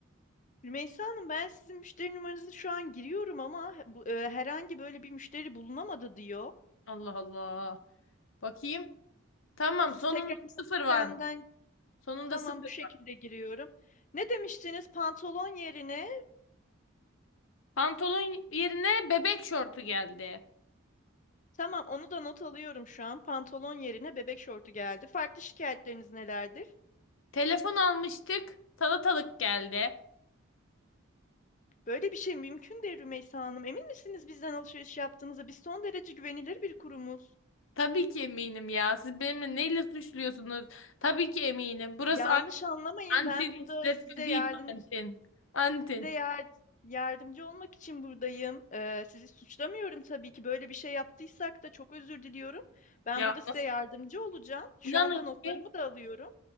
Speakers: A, on the left; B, on the left.
A: Rümeysa Hanım, ben sizin müşteri numaranızı şu an giriyorum ama bu, e, herhangi böyle bir müşteri bulunamadı diyor.
B: Allah Allah. Bakayım. Tamam
A: Siz
B: sonunda
A: tekrar sistemden
B: sıfır var mı? Sonunda
A: tamam
B: sıfır.
A: bu şekilde giriyorum. Ne demiştiniz? Pantolon yerine
B: Pantolon yerine bebek şortu geldi.
A: tamam onu da not alıyorum şu an. Pantolon yerine bebek şortu geldi. Farklı şikayetleriniz nelerdir?
B: Telefon almıştık. Salatalık geldi.
A: Böyle bir şey mümkün değil Rümeysa Hanım. Emin misiniz bizden alışveriş yaptığınıza? Biz son derece güvenilir bir kurumuz.
B: Tabii ki eminim ya. Siz benimle neyle suçluyorsunuz? Tabii ki eminim. Burası
A: Yanlış anlamayın.
B: Antin
A: Ben burada
B: işletme
A: size
B: değil
A: yardım
B: Antin. Antin.
A: Size yar- yardımcı olmak için buradayım. Ee, sizi suçlamıyorum tabii ki. Böyle bir şey yaptıysak da çok özür diliyorum. Ben
B: Ya
A: burada size
B: nasıl?
A: yardımcı olacağım. Şu
B: İnanın
A: anda notlarımı
B: ki
A: da alıyorum.